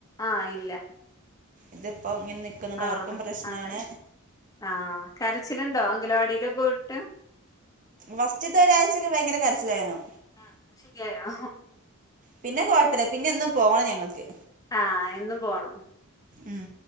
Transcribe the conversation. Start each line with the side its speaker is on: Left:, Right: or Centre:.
Left: ആഹ് ഇല്ല
Right: ഇത് ഇപ്പം ഇങ്ങനെ നിക്ക്ന്നോണ്ട്
Left: ആഹ്
Right: അവർക്കും പ്രശ്നാണ്
Left: അങ്ങനെ ആഹ് കരച്ചില്ണ്ടോ അംഗലവാടില് പോയിട്ട്
Right: വസ്റ്റ്ത്തെ ഒരാഴ്ചൊക്കെ ഭയങ്കര കരച്ചിലായിനു
Left: ആഹ് ന്ന്ട്ട് ശരിയായോ
Right: പിന്നെ കൊഴപ്പല്ല പിന്നെ എന്നും പോണം ഞങ്ങൾക്ക്
Left: ആഹ് എന്നും പോണം
Right: ഉം